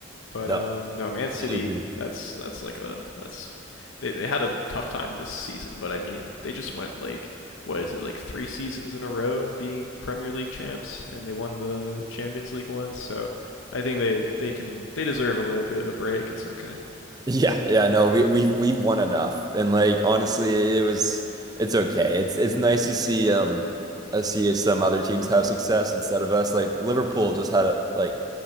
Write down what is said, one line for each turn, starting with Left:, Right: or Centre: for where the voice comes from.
Left: But
Right: no,
Left: um, no, Man City.
Right: totally agree.
Left: That's that's like a that's they they had a tough time this season. But I mean, they just went like what is it like three seasons in a row being Premier League champs, and they won the Champions League once. So I think they they can they deserve a little bit of a break. It's okay.
Right: Yeah, yeah, no, we we we won enough. And like honestly, it was it's okay. It's it's nice to see um uh, see some other teams have success instead of us. Like Liverpool just had a like